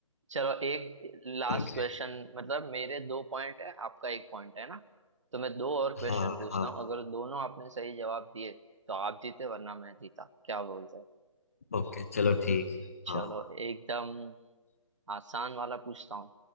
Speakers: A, on the right (about 65°); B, on the left (about 25°).
A: चलो एक लास्ट
B: ओके
A: क्वेश्चन मतलब मेरे दो पॉइंट है आपका एक पॉइंट है ना तो मैं दो और क्वेश्चन
B: हाँ
A: पूछता
B: हाँ
A: हूँ अगर दोनों आपने सही जवाब दिए तो आप जीते वरना मैं जीता क्या बोलते हैं
B: ओके चलो ठीक है हाँ
A: चलो एकदम आसान वाला पूछता हूँ